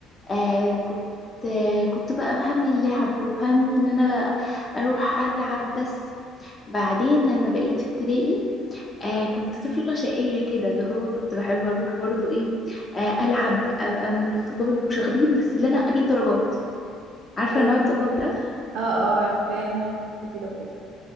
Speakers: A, on the left; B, on the right.
A: آه كنت آه كنت بقى همي اللعب وهمي إن أنا أروح ألعب بس بعدين لما بقيت في ابتدائي آه كنت طفلة شقية كده اللي هو كنت بحب أروح برضو إيه آه ألعب أبقى من الطلاب المشاغبين بس اللي أنا أجيب درجات عارفة
B: أيوة
A: نوع الطلاب ده
B: اه اه عارفاه انا كنت كده برضه